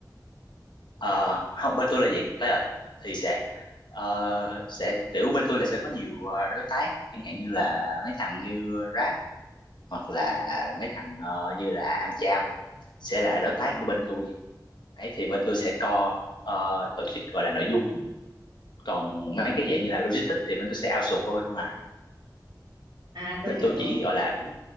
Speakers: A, on the left; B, on the right.
A: Ờ, không bên tôi là dạng client thì sẽ ờ, sẽ kiểu bên tôi là sẽ có nhiều ờ, đối tác chẳng hạn như là mấy thằng như Grab hoặc là mấy thằng ờ, như là Amcham sẽ là đối tác
B: Ừ.
A: của bên tôi ấy thì bên tôi sẽ co ờ, tổ chức gọi là nội dung còn mấy cái dạng như là logistics thì bên tôi sẽ outsource qua bên ngoài
B: à tôi
A: bên
B: hiểu
A: tôi
B: rồi
A: chỉ gọi là đứng